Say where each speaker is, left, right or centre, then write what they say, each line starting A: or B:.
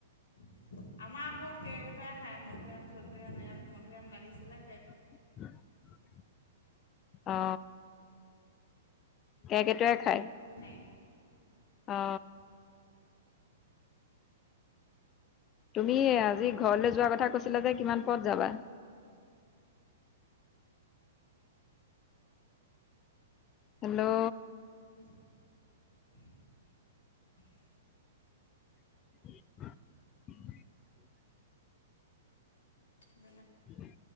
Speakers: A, on the left (about 85°); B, on the left (about 20°).
A: <inaudible> আমাৰ আকৌ কেক এটাৰে খাই মধুৰিআম চধুুৰআম এ মধুৰিআম লাগিছিলে কেক
B: উ অ কেকেইকেটোৱে খায়
A: খাই
B: অ তুমি আজি ঘৰলৈ যোৱাৰ কথা কৈছিলা যে কিমান পথ যাবা হেল্লো'
A: <unintelligible>
B: <unintelligible>
A: বনত
B: উমঁ!